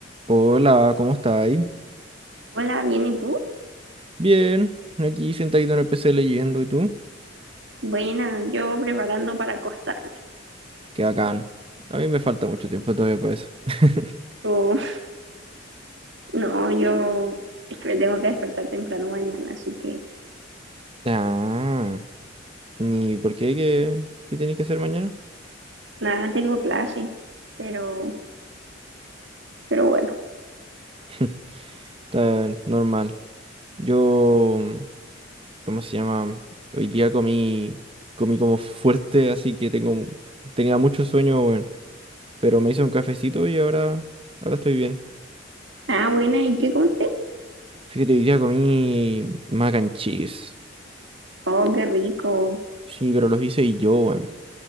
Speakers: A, on the right; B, on the right.
A: Hola, ¿cómo estáis?
B: Hola, bien, ¿y tú?
A: Bien, aquí sentadito en el PC leyendo, ¿y tú?
B: Buena, yo preparando para acostarme.
A: Qué bacán. A mí me falta mucho tiempo todavía para eso. <laughs>
B: Oh, <laughs> no, yo es que me tengo que despertar temprano mañana, así que
A: Ah, ¿y por qué? ¿Qué, qué tenéis que hacer mañana?
B: nada, tengo clase, pero, pero bueno.
A: <laughs> Está normal. Yo, ¿cómo se llama? Hoy día comí, comí como fuerte, así que tengo, tenía mucho sueño, weón. Pero me hice un cafecito y ahora, ahora estoy bien.
B: Ah, buena, ¿y qué comiste?
A: Fíjate, hoy día comí mac and cheese.
B: Oh, qué rico.
A: Sí, pero los hice yo,